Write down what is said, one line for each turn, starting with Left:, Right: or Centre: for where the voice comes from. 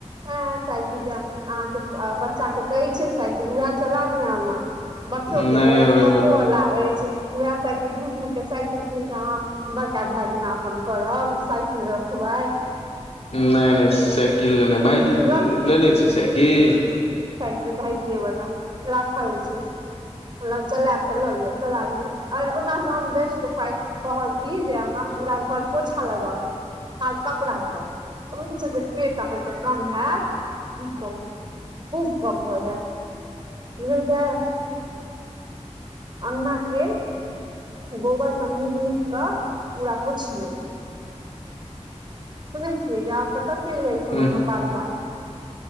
Right: हँ साइकिल अहाँके बच्चाे तऽ ई छै साइकिल उएह चला दिहना बच्चो
Left: नहि
Right: के अछि
Left: ओहिमे
Right: पपो वाला अछि उएह साइकिल झूठ मूठ के साइकिल कीन के अहाँ बड़का भए जेना अपन करब साइकिल रखू वाय
Left: नहि नहि साइकिल लेनाइ भाायजी
Right: लऽ
Left: लेने छै साइकिल
Right: भाय जीये बला राखल अछि ओ हम ल चलायब तऽ लऽ लिअ चला लिय आर ओना तऽ हम बेस्ट उपाय कहब ई जे अहाँ पूरा घर पोछा लगउ हर कपड़ा स ओहि सँ जे पेट अहाँके कम हेइत कि कहूँ खूब कम भऽ जाइत बुझल जात अगना के गोबर स निक निक क पूरा पुछिलो सुन छी याउ कत कथि ल जाइ छिय
Left: ह
Right: अहाँ बार बार